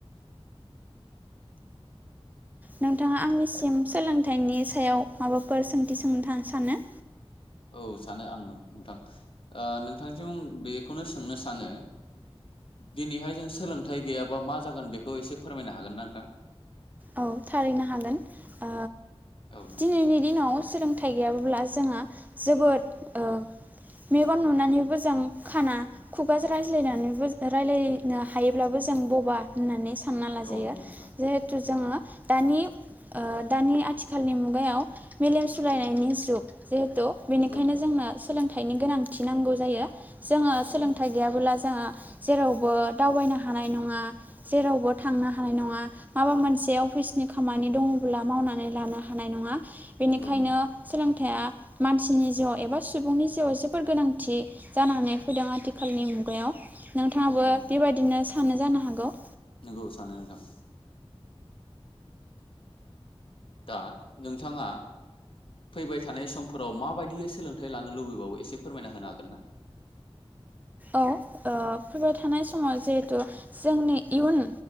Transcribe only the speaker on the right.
नोंथाङा आंनिसिम सोलोंथाइनि सायाव माबाफोर सोंथि सोंनो सानो
औ थारैनो हागोन ओ
दिनैनि दिनाव सोलोंथाइ गैयाब्ला जोंहा जोबोद ओ मेगन नुनानैबो जों खाना खुगाजों रायज्लायनानैबो रायज्लायनो हायोब्लाबो जों बबा होननानै सानो सानना लाजायो
जे जोङो दानि ओ दानि आथिखालनि मु गायाव मेलेम सोलायनायनि
जुग जिहेथु बेनिखायनो
जोंना सोलों थाइनि गोनांथि नांगौ जायो जोङो
सोलोंथाइ
गैयाबोला जोंहा जेरावबो दावबायनो हानाय नङा जेरावबो थांनो हानाय नङा माबा मोनसे अफिसनि खामानि दङब्ला मावनानै लानो हानाय नङा बेनिखायनो
सोलों थाया मानसिनि जिउआव एबा सुबुंनि जिउआव जोबोर गोनांथि जानानै फैदों आथिखालनि मुगायाव नोंथाङाबो
बेबायदिनो थानो जानो हागौ
औ ओ फैबाय थानाय समाव जिहेथु जोंनि इयुन